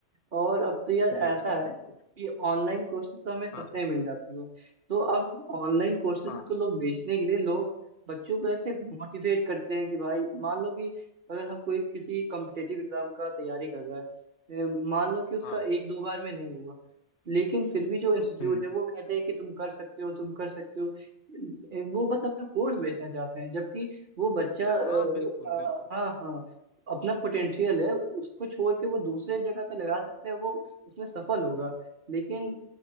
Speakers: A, on the right; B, on the left.
A: और अब तो यार
B: बिल्कुल
A: ऐसा है
B: बिल्कुल
A: कि ऑनलाइन कोर्सेज तो हमें सस्ते
B: हाँ
A: में मिल जाती है तो अब ऑनलाइन कोर्सेज
B: हाँ
A: को लोग बेचने के लिए लोग बच्चों को ऐसे मोटिवेट करते हैं कि भाई मान लो कि अगर हम कोई किसी कॉम्पिटेटिव एग्जाम का तैयारी कर रहा है ए, मान लो कि उसका
B: हाँ
A: एक दो बार में नहीं हुआ लेकिन फिर भी जो इंस्टीट्यूट
B: हम्म
A: है वो कहते हैं कि तुम कर सकते हो तुम कर सकते हो ए, वो बस अपना कोर्स बेचना चाहते हैं जबकि वो बच्चा अ,
B: हाँ बिल्कुल
A: अ,
B: बिल्कुल
A: हाँ हाँ अपना पोटेंशियल है उसको छोड़ के वो दूसरे जगह पे लगा सकते हैं वो उसमें सफल होगा लेकिन